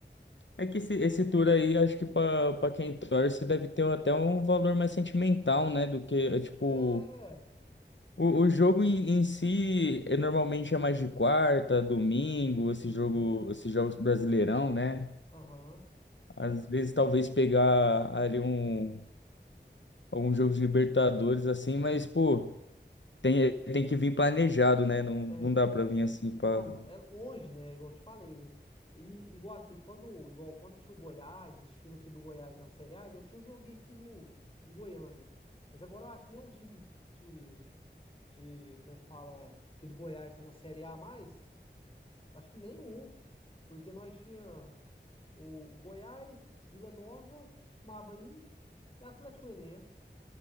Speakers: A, on the left; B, on the left.
A: É que esse, esse tour aí, acho que para quem torce, deve ter até um valor mais sentimental, né? Do que, é, tipo,
B: É.
A: o, o jogo em, em si é, normalmente é mais de quarta, domingo, esse
B: Uhum.
A: jogo, esses jogos brasileirão, né?
B: Aham.
A: Às vezes talvez pegar ali um, um jogo de Libertadores, assim, mas, pô, tem, tem que vir planejado, né? Não,
B: Tem.
A: não dá para vir assim para.
B: Não, é longe, né? Igual eu te falei, né? E igual aqui, quando, igual quando tinha o Goiás, esse time aqui do Goiás na Série A, ainda tinha um joguinho aqui no, em Goiânia. Mas agora eu acho que nem nenhum time de, de, de- como é que fala, aqui do Goiás tá na Série A mais. Acho que nenhum, porque nós tinha o, o Goiás, Vila Nova, que costumava ir, e Atlético Goianiense.